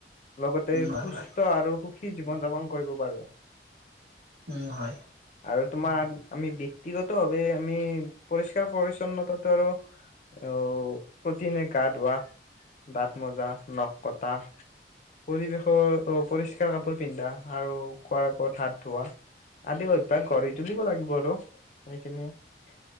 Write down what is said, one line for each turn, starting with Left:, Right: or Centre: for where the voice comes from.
Left: লগতে
Right: উম হয়
Left: সুস্থ
Right: হয়
Left: আৰু স সি জীৱন যাপন কৰিব পাৰো।
Right: উম হয়।
Left: আৰু তোমাৰ আমি ব্যক্তিগত। আমি পৰিষ্কাৰ পৰিছন্নতাটো আৰু, আহ প্ৰতিদিনে গা ধোৱা, দাঁত মজা, নখ কটা পৰিৱেশৰ পৰিষ্কাৰ কাপোৰ পিন্ধা আৰু খোৱাৰ আগত হাত ধোৱা আদি অভ্যাস গঢ়ি তুলিব লাগিব আৰু। সেইখিনিয়ে।